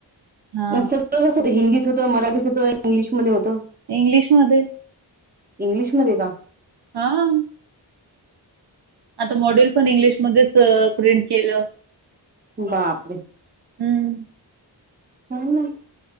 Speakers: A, on the right (about 60°); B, on the right (about 20°).
A: हा
B: पण सगळं हिंदीत होतं, मराठीत होतं, इंग्लिशमध्ये होतं.
A: इंग्लिशमध्ये
B: इंग्लिशमध्ये का?
A: हा. आता मॉड्युल पण इंग्लिशमध्येच प्रिंट केलं.
B: बापरे.
A: हम्म.
B: <inaudible>